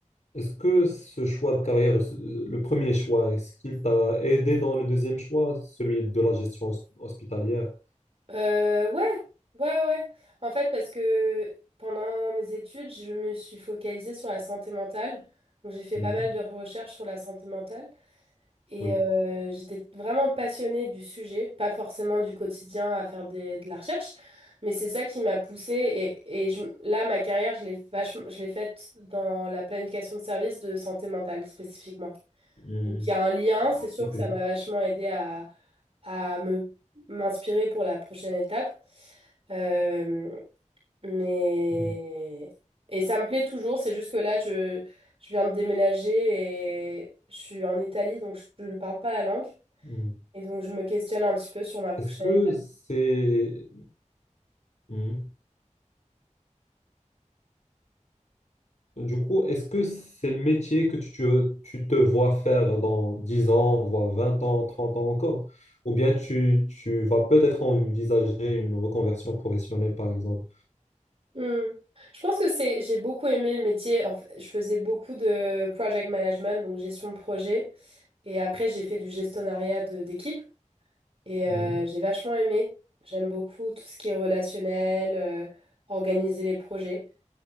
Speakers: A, on the left; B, on the right.
A: Est-ce que ce choix de carrière, ce- le premier choix, est-ce qu'il t'a aidé dans le deuxième choix, celui de la gestion hos- hospitalière?
B: Euh, ouais, ouais, ouais. ouais. En fait, parce que pendant mes études, je me suis focalisée sur la santé mentale. Donc, j'ai fait
A: Mhm.
B: pas mal de recherches sur la santé mentale. Et
A: Oui.
B: euh, j'étais vraiment passionnée du sujet, pas forcément du quotidien à faire des- de la recherche, mais c'est ça qui m'a poussée. Et, et je- là, ma carrière, je l'ai vachement, je l'ai faite dans la planification de services de santé mentale spécifiquement.
A: Mhm.
B: Donc il y a un lien, c'est sûr
A: C'est cool.
B: que ça m'a vachement aidé à, à me m'inspirer pour la prochaine étape. Euh, mais
A: Mhm.
B: et ça me plaît toujours, c'est juste que là je je viens de déménager et je suis en Italie donc je ne parle pas la langue
A: Mhm.
B: et donc je me questionne un petit peu sur ma prochaine
A: Est-ce que
B: étape.
A: c'est... Mhm. Du coup, est-ce que c'est le métier que tu, tu tu te vois faire dans 10 ans, voire 20 ans, 30 ans encore? Ou bien tu, tu vas peut-être envisager une reconversion professionnelle, par exemple?
B: Hmm. Je pense que c'est j'ai beaucoup aimé le métier. En fait, je faisais beaucoup de project management donc gestion de projet et après j'ai fait du gestonnariat de- d'équipe. Et euh,
A: Hmm,
B: j'ai vachement aimé. J'aime beaucoup tout ce qui est relationnel, euh, organiser les projets.